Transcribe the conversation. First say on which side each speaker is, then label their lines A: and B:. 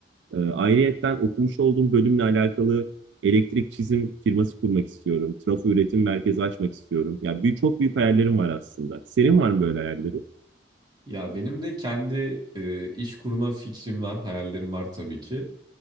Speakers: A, on the right; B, on the right.
A: Ee, ayrıyetten okumuş olduğum bölümle alakalı elektrik çizim firması kurmak istiyorum. Trafo üretim merkezi açmak istiyorum. Ya büyük, çok büyük hayallerim var aslında. Senin var mı böyle hayalleri?
B: Ya benim de kendi e, iş kurma fikrim var, hayallerim var tabii ki.